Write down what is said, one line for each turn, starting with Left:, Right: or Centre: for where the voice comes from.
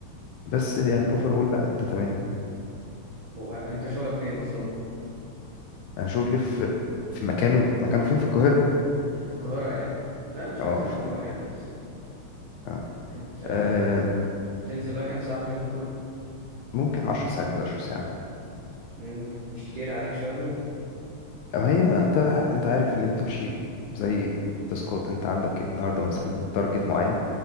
Left: بس يعني اوفر اول لا انت تمام
Right: هو أنت شغلك فين أصلا؟
Left: انا شغلي في في مكانه مكانه فين في القاهرة
Right: في القاهرة يعني لا مش
Left: اه
Right: لازم
Left: في-
Right: أوي يعني التفصيل
Left: آه.
Right: أنت آه،
Left: آه،
Right: بتنزل بقى كام ساعة في اليوم دول؟
Left: ممكن 10 ساعات 11 ساعة
Right: مم، مش كتير عليك شوية دول؟
Left: ما هي بقى انت انت عارف ان هي بتمشي زي تاسكات انت عندك النهارده مثلا تارجت معين